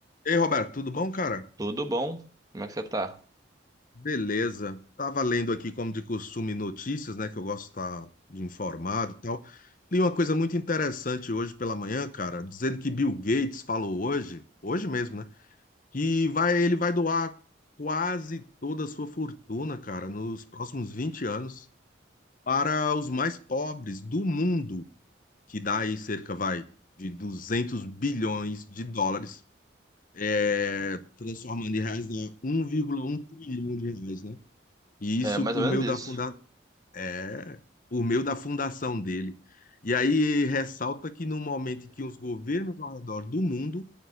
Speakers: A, on the left; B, on the right.
A: Ei, Roberto, tudo bom, cara?
B: Tudo bom? Como é que você tá?
A: Beleza. Tava lendo aqui, como de costume, notícias, né? Que eu gosto de estar de informado e tal. Li uma coisa muito interessante hoje pela manhã, cara, dizendo que Bill Gates falou hoje, hoje mesmo, né? Que vai, ele vai doar quase toda a sua fortuna, cara, nos próximos 20 anos para os mais pobres do mundo, que dá aí cerca, vai, de duzentos bilhões de dólares é, transformando em reais, dá 1,1 trilhão de reais, né? E isso
B: É mais
A: por
B: ou menos
A: meio
B: isso.
A: da funda... é, por meio da fundação dele. E aí ressalta que no momento em que os governos ao redor do mundo